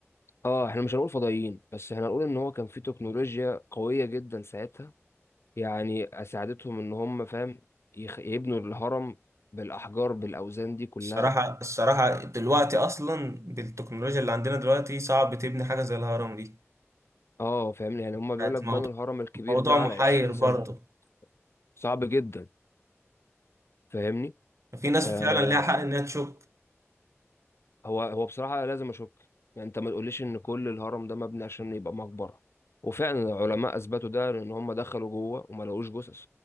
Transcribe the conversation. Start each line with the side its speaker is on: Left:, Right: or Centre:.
Left: اه احنا مش هنقول فضائيين بس احنا هنقول ان هو كان في تكنولوجيا قويه جدا ساعتها يعني اساعدتهم ان هم فاهم يخ... يبنوا الهرم بالاحجار بالاوزان دي كلها
Right: الصراحة الصراحة دلوقتي أصلا بالتكنولوجيا اللي عندنا دلوقتي صعب تبني حاجة زي الهرم دي
Left: اه فاهمني يعني هم بيقول
Right: بقت
Left: لك بنوا
Right: موضوع
Left: الهرم الكبير
Right: موضوع
Left: ده
Right: محير
Left: على 20
Right: برضه
Left: سنه صعب جدا فاهمني
Right: في ناس
Left: آه،
Right: فعلا ليها حق إنها تشك
Left: هو هو بصراحة لازم أشك يعني أنت ما تقوليش إن كل الهرم ده مبني عشان يبقى مقبرة وفعلا العلماء أثبتوا ده لأن هم دخلوا جوه وما لقوش جثث